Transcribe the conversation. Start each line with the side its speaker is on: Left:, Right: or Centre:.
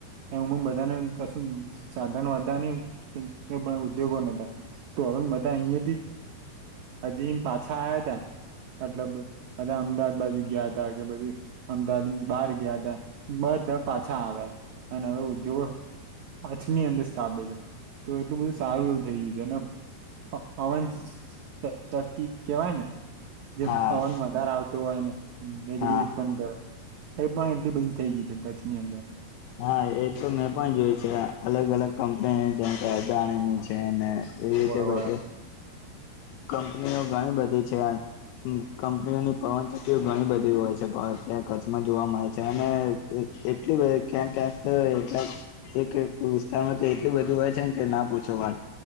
Right: એમાં બધાને કશું સાધનો હતા નેઈ પણ ઉદ્યોગો નોતા તો હવે બધાય અહિયાયા થી હજી પાછા આયા તા મતલબ બાઘા અમદાવાદ બાજુ ગયા હતાા કે પછી અમદાવાદ બહાર ગયા તા બધા પાછા આવ્યા હ ન ઉઘોગ કછની અંદર સ્થાપે છે તો એટલું બધું સારું એવું થઈ ગયું છે નેમ અવન ત તકી કેવાય ને જેમ
Left: હા
Right: પવન વધારે આવતો હોય ને મેજડી
Left: હા
Right: ઉત્પન્ન કરયો એ પણ એટલી બધી થઇ ગ‌ઇ છે કચ્છની અંદર
Left: હા એ તો મેં પણ જોય છે અલગ અલગ કંપની જેમ કે અદાણીની નેને એવી
Right: હોવે
Left: રીતે
Right: હોવે
Left: બધ કંપનીઓ ઘણી બધી છે કંપનીઓની પવનચક્તિઓ ઘણી બધી હોય છે ત્યાં કચ્છમાં જોવા મળે છે અને એટલું ક્યાંક ક્યાંક તો એટલા એક એક વિસ્તારમાં તો એટલી બધી હોય છેને કે ના પૂછો વાળ